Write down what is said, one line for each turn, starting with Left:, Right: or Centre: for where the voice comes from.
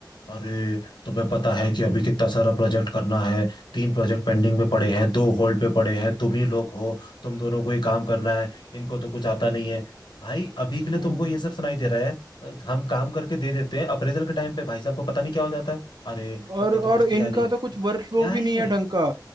Left: अरे तुम्हें पता है कि अभी कितना सारा प्रोजेक्ट करना है तीन प्रोजेक्ट पेंडिंग में पड़े हैं दो होल्ड पे पड़े हैं तुम ही लोग हो तुम दोनों को ही काम करना है इनको तो कुछ आता नहीं है भाई अभी के लिए
Right: हम्म,
Left: तुमको ये सब सुनाई दे रहा है अ, हम काम करके दे देते हैं अप्रेजल के टाइम पे भाई साहब को पता नहीं क्या हो जाता है अरे
Right: और
Left: तुमने
Right: और
Left: तो कुछ किया
Right: इनका
Left: नहीं
Right: तो कुछ
Left: भाई
Right: वर्क फ्लो
Left: क्या
Right: भी
Left: है
Right: नहीं
Left: ये
Right: है ढंग का